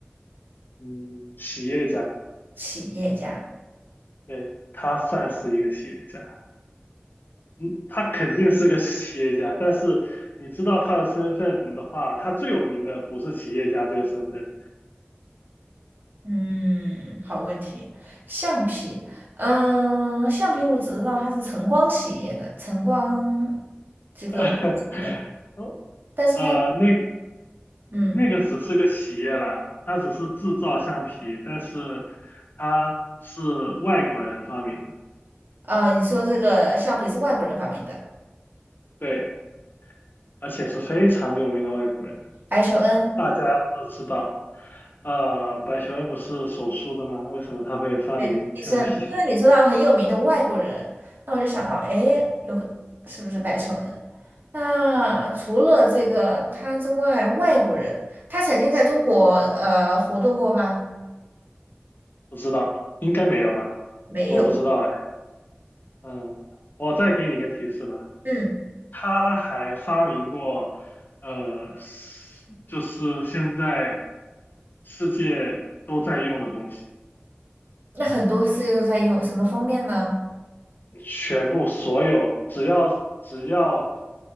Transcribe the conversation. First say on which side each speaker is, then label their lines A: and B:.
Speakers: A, on the left (about 55°); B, on the right (about 55°).
A: 嗯，企业家，
B: 企业家。
A: 对，他算是一个企业家。嗯，他肯定是个企业家，但是你知道他的身份的话，他最有名的不是企业家这个身份，
B: 嗯，好问题。橡皮，嗯，橡皮我只知道它是晨光企业的，晨光这个去的，
A: <laughs> 哦，
B: 但是它，
A: 呃，那
B: 嗯，
A: 那个只是个企业啦，他只是制造橡皮，但是他是外国人发明的，
B: 啊、你说这个橡皮是外国人发明的
A: 对，而且是非常有名的外国人，
B: 白求恩，
A: 大家都知道。呃，白求恩不是手术的吗？为什么他会发明橡皮？
B: 对，<laughs> 医生，因为你说到很有名的外国人，那我就想到，哎，有个是不是白求恩？那除了这个他之外，外国人他曾经在中国呃活动过吗？
A: <laughs> 不知道，应该没有吧？
B: 没有。
A: 我不知道哎。嗯，我再给你一个提示吧，
B: 嗯。
A: 他还发明过，呃，是就是现在世界都在用的东西，
B: 那很多世界都在用，什么方面呢？
A: 全部所有只要只要